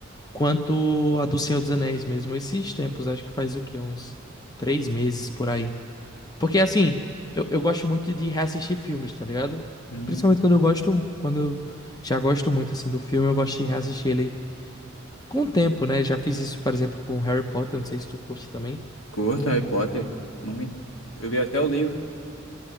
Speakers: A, on the left (about 20°); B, on the left (about 70°).
A: quanto a do Senhor dos Anéis mesmo, esses tempos, acho que faz o quê? Uns três meses por aí. Porque assim, eu, eu gosto muito de reassistir filmes, tá ligado?
B: Hum,
A: Principalmente quando eu gosto, quando eu já gosto muito assim do filme, eu gosto de reassistir ele com o tempo, né? Já fiz isso, por exemplo, com Harry Potter, não sei se tu curte também.
B: Curto Harry Potter, muito. Eu li até o livro,